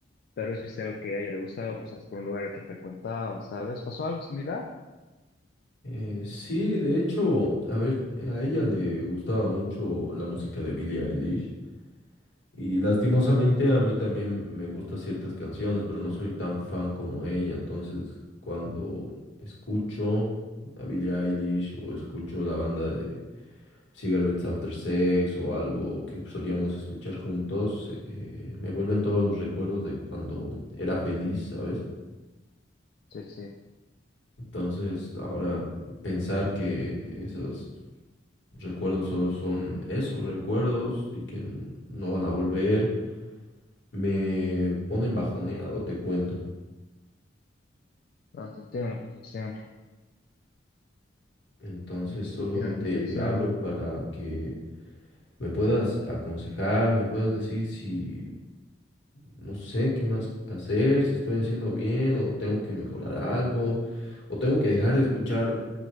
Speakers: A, on the left; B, on the left.
A: Tal vez viste algo que a ella le gustaba, o pasaste por un lugar al que frecuentaba, ¿sabes? ¿Pasó algo similar?
B: Eh, sí, de hecho, a ver, a ella le gustaba mucho la música de Billie Eilish. Y lastimosamente a mí también me gustan ciertas canciones, pero no soy tan fan como ella. Entonces, cuando escucho a Billie Eilish o escucho la banda de Cigarettes After Sex o algo que solíamos escuchar juntos, eh, me vuelven todos los recuerdos de cuando era feliz, ¿sabes?
A: Sí, sí.
B: Entonces, ahora pensar que esos recuerdos solo son esos recuerdos y que n- no van a volver, me ponen bajoneado, te cuento.
A: No, te entiendo a la perfección.
B: Entonces,
A: Este,
B: solo
A: te entiendo a la
B: te
A: perfección.
B: hablo para
A: este.
B: que me puedas aconsejar, me puedas decir si no sé qué más hacer, si estoy haciendo bien o tengo que mejorar algo o tengo que dejar de escuchar